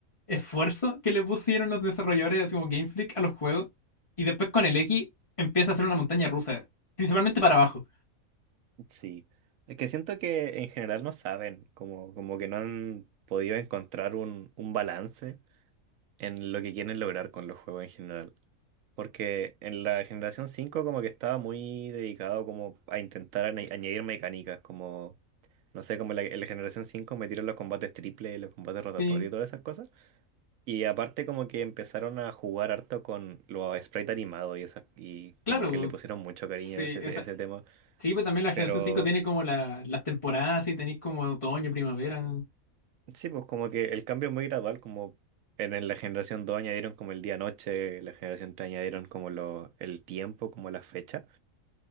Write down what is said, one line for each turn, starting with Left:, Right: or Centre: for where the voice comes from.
Left: esfuerzo que le pusieron los desarrolladores, así como Game Freak, a los juegos. Y después con el X empieza a ser una montaña rusa, principalmente para abajo.
Right: sí. Es que siento que en general no saben, como, como que no han podido encontrar un, un balance en lo que quieren lograr con los juegos en general. Porque en la generación 5 como que estaba muy dedicado como a intentar añ- añadir mecánicas, como, no sé, como la, en la generación 5 metieron los combates triple, los combates rotatorios
Left: Sí,
Right: y todas esas cosas. Y aparte como que empezaron a jugar harto con los sprites animados y, esas, y
Left: claro,
Right: como que le pusieron mucho cariño
Left: sí,
Right: a ese,
Left: esa,
Right: te- ese tema.
Left: sí, pues también la
Right: Pero
Left: generación 5 tiene como la, las temporadas, y tenéis como otoño, primavera.
Right: Sí, pues como que el cambio es muy gradual, como en, en la generación 2 añadieron como el día-noche, la generación 3 añadieron como lo, el tiempo, como la fecha,